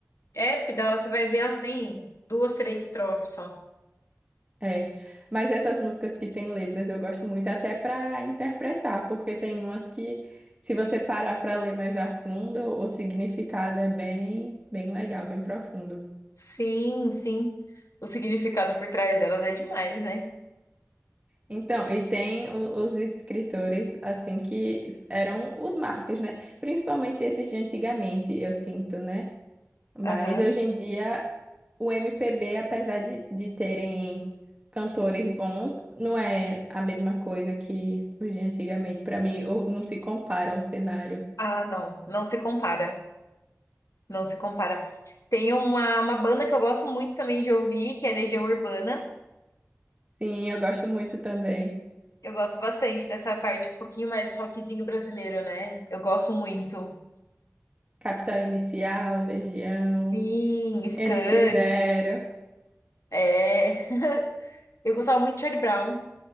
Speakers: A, on the left; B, on the right.
A: é, porque delas você vai ver, elas têm duas, três estrofes só.
B: É, mas essas músicas que têm letras eu gosto muito até para interpretar, porque tem umas que se você parar para ler mais a fundo, o significado é bem, bem legal, bem profundo.
A: Sim, sim. O significado por trás delas é demais, né?
B: Então, e tem o- os escritores, assim, que eram os marcos, né? Principalmente esses de antigamente, eu sinto, né? Mas
A: Aham.
B: hoje em dia, o MPB, apesar de, de terem cantores bons, não é a mesma coisa que os de antigamente. Para mim, o- não se compara ao cenário.
A: Ah, não. Não se compara. Não se compara. Tem uma, uma banda que eu gosto muito também de ouvir, que é Legião Urbana.
B: Sim, eu gosto muito também.
A: Eu gosto bastante dessa parte um pouquinho mais rockzinho brasileiro, né? Eu gosto muito.
B: Capital Inicial, Legião,
A: Sim, Skank.
B: NX Zero.
A: É. Eu gostava muito de Charlie Brown.